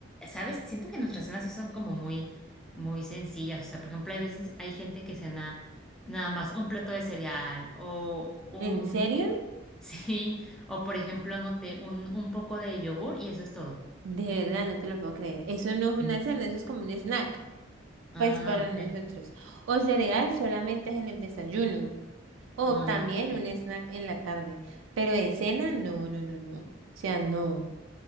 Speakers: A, in the centre; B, on the right (about 85°).
A: ¿sabes? Siento que nuestras cenas sí son como muy, muy sencillas. O sea, por ejemplo, hay veces, hay gente que cena nada más un plato de cereal o un,
B: ¿En serio?
A: <laughs> sí, o por ejemplo, no sé, un, un poco de yogur y eso es todo.
B: De verdad, no te lo puedo creer. Eso no es una
A: Sí.
B: cena, eso es como un snack,
A: Ah,
B: pues para nosotros.
A: ok.
B: O cereal solamente es en el desayuno. O
A: Ah,
B: también
A: ok.
B: un snack en la tarde. Pero de cena, no, no, no, no. O sea, no,